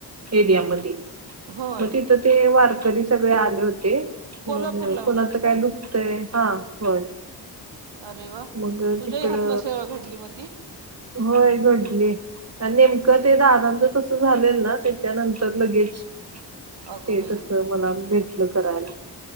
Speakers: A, on the right; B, on the right.
A: एरियामध्ये
B: होय
A: मग तिथं ते वारकरी सगळे आले होते.
B: कोल्हापूरला
A: हो ह कोणाचं
B: म्हणतीस
A: काय
B: का
A: दुखतय हा होय.
B: अरे वा
A: मग
B: तुझ्याही
A: तिकडं
B: हातनं सेवा घडली मग ती
A: होय घडली आणि नेमकं
B: किती
A: ते दादांचं त झालेल त्याच्यानंतर लगेच
B: अगं
A: ते
B: बाई
A: तस मला भेटल करायला